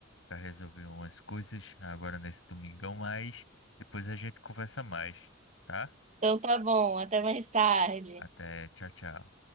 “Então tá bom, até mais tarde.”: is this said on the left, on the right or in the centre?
Right